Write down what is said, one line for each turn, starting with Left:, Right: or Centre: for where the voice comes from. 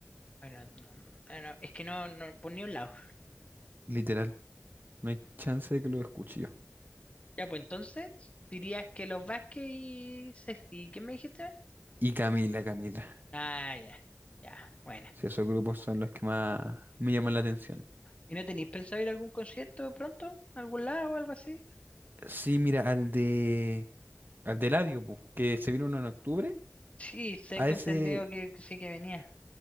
Left: Bueno, no, ah, no, es que no, no, por ni un lado.
Right: literal, no hay chance de que los escuche yo.
Left: Ya, pues entonces, dirías que los Vázquez y... Sef- ¿Y qué me dijiste?
Right: Y Camila, Camila,
Left: Ah, ya, ya, bueno.
Right: si esos grupos son los que más me llaman la atención.
Left: ¿Y no tenéis pensado ir a algún concierto pronto? ¿A ¿Algún lado o algo así?
Right: Sí, mira, al de, al de Eladio, po, que se vino uno en octubre,
Left: Sí, tengo
Right: a ese,
Left: entendido que, que sí que venía.